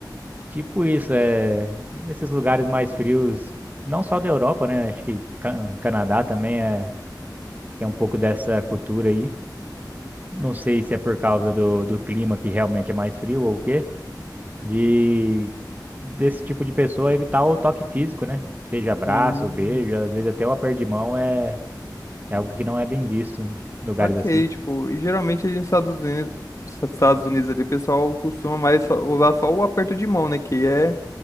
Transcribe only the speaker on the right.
tipo isso, é nesses lugares mais frios, não só da Europa, né? Acho que Ca- Canadá também é, tem um pouco dessa cultura aí. Não sei se é por causa do, do clima que realmente é mais frio ou o quê, de desse tipo de pessoa evitar o toque físico, né? Seja abraço,
beijo, às vezes até o aperto de mão é, é algo que não é bem visto em lugares
assim.